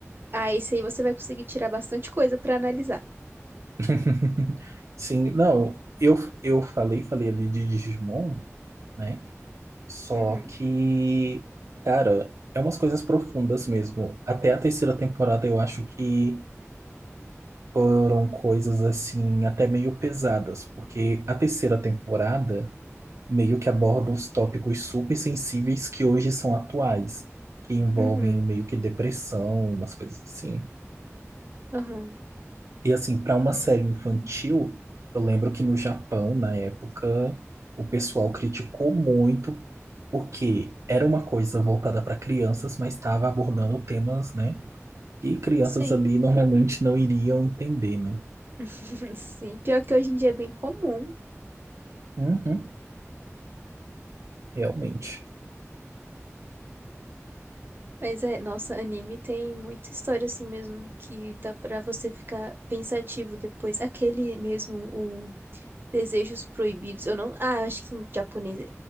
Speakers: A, on the right (about 45°); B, on the right (about 70°).
A: Ah, esse aí você vai conseguir tirar bastante coisa pra analisar.
B: <laughs> Sim, não, eu, eu falei, falei ali de Digimon, né? Só
A: Uhum,
B: que, cara, é umas coisas profundas mesmo. Até a terceira temporada eu acho que foram coisas assim, até meio pesadas, porque a terceira temporada. meio que aborda uns tópicos super sensíveis que hoje são atuais, que envolvem
A: uhum,
B: meio que depressão, umas coisas assim.
A: uhum.
B: E assim, para uma série infantil, eu lembro que no Japão, na época, o pessoal criticou muito porque era uma coisa voltada para crianças, mas estava abordando temas, né, que crianças
A: Sim,
B: ali normalmente não iriam entender, né?
A: <laughs> sim. Pior que hoje em dia é bem comum.
B: Uhum, realmente.
A: Mas é, nossa, anime tem muita história assim mesmo que dá pra você ficar pensativo depois. Aquele mesmo, o Desejos Proibidos. Eu não, ah, acho que em japonês